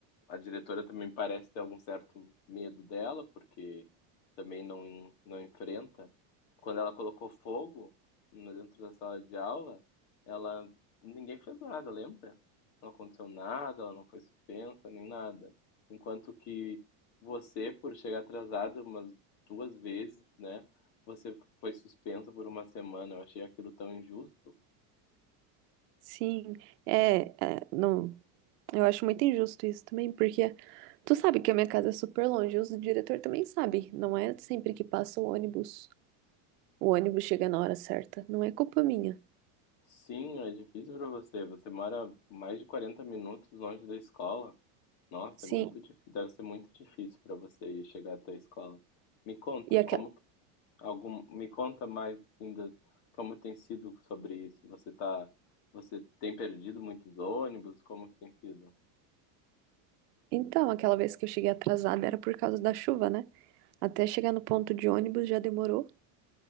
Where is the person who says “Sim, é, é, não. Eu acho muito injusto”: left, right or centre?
Right